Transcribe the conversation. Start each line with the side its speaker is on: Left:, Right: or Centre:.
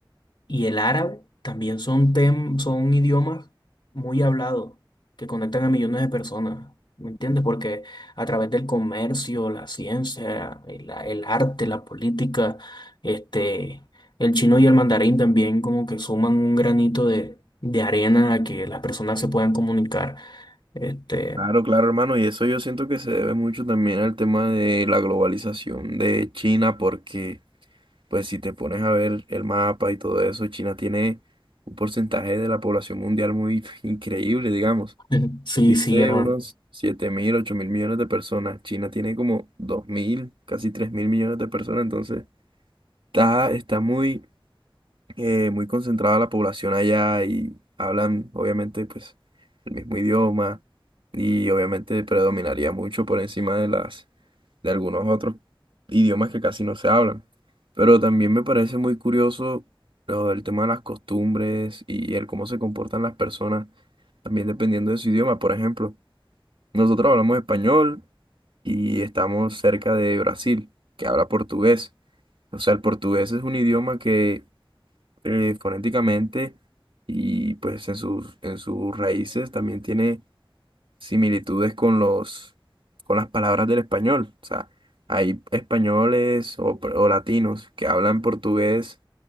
Left: y el árabe también son, tem- son idiomas muy hablados que conectan a millones de personas. ¿Me entiendes? Porque a través del comercio, la ciencia, el, a- el arte, la política, este, el chino y el mandarín también como que suman un granito de, de arena a que las personas se puedan comunicar. Este,
Right: Claro, claro, hermano. Y eso yo siento que se debe mucho también al tema de la globalización de China, porque, pues, si te pones a ver el mapa y todo eso, China tiene un porcentaje de la población mundial muy increíble, digamos.
Left: Ujú. Sí,
Right: Existe
Left: sí, hermano.
Right: unos siete mil, ocho mil millones de personas. China tiene como dos mil, casi tres mil millones de personas. Entonces, está, está muy, eh, muy concentrada la población allá y hablan, obviamente, pues el mismo idioma y obviamente predominaría mucho por encima de las, de algunos otros idiomas que casi no se hablan. Pero también me parece muy curioso lo del tema de las costumbres y el cómo se comportan las personas, también dependiendo de su idioma, por ejemplo. Nosotros hablamos español y estamos cerca de Brasil, que habla portugués. O sea, el portugués es un idioma que eh, fonéticamente y pues en sus, en sus raíces también tiene similitudes con los, con las palabras del español. O sea, hay españoles o, pr- o latinos que hablan portugués,